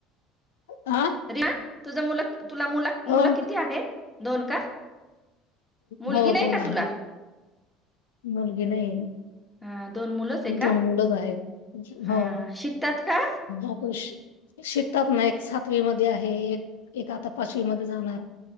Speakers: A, on the left; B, in the centre.
A: हा
B: अरी वा तुझं मुलं- तुला मुला
A: अ
B: मुलं किती आहे? दोन का? मुलगी
A: हो
B: नाही
A: दोन
B: का
A: आहे.
B: तुला?
A: मुलगी नाही.
B: हा दोन मुलंच आहे
A: दोन
B: का?
A: मुलंच आहेत
B: हा.
A: हो
B: शिकतात का?
A: ऑपरेश शिकतात ना, एक सातवीमध्येआहे, एक, एक आता पाचवीमध्ये जाणार.